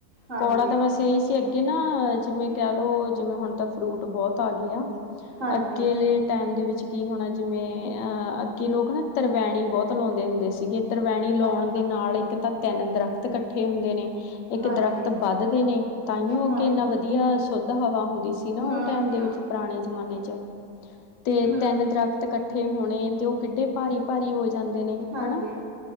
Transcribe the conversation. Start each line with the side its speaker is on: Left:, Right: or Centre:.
Right: ਹਾਂਜੀ
Left: ਕੋੜਾ ਤਾਂ ਬਸ ਏਹੀ ਸੀ। ਤੇ ਅੱਗੇ ਨਾ ਜਿਵੇਂ ਕਹਿ ਲੋਓ ਜਿਵੇਂ ਹੁਣ ਤਾਂ ਫਰੂਟ ਬਹੁਤ ਆ ਗਏ ਆ।
Right: ਹਾਂਜੀ
Left: ਅੱਗੇਲੇ ਟੈਮ ਦੇ ਵਿੱਚ ਕੀ ਹੋਣਾ ਜਿਵੇਂ ਅ ਅੱਗੇ ਲੋਕ ਨਾ ਤਰਵੈਣੀ ਬਹੁਤ ਲਾਉਂਦੇ ਹੁੰਦੇ ਸੀਗੇ, ਤਰਵੈਣੀ ਲਾਉਣ
Right: ਅੱਛਾ
Left: ਦੇ ਨਾਲ ਇੱਕ ਤਾਂ ਤਿੰਨ ਦਰਖਤ ਇਕੱਠੇ ਹੁੰਦੇ ਨੇ ਇੱਕ
Right: ਹਾਂਜੀ
Left: ਦਰਖਤ ਵੱਧਦੇ ਨੇ ਤਾਂਓ ਅੱਗੇ
Right: ਹਾਂਜੀ
Left: ਇੰਨਾ ਵਧ ਆ ਸੁੁੱਧ ਹਵਾ ਹੁੰਦੀ ਸੀ ਨਾ
Right: ਹਮ
Left: ਉਹ ਟਾਈਮ
Right: ਹਮ
Left: ਦੇ ਵਿੱਚ ਪੁਰਾਣੇ ਜਮਾਨੇ ਚ ਤੇ
Right: ਹਮ
Left: ਤਿੰਨ ਦਰਖ਼ਤ ਇਕੱਠੇ ਹੋਣੇ ਤੇ ਉਹ ਕਿੱਡੇ ਭਾਰੀ ਭਾਰੀ ਹੋ ਜਾਂਦੇ ਨੇ
Right: ਹਾਂਜੀ
Left: ਹਨਾ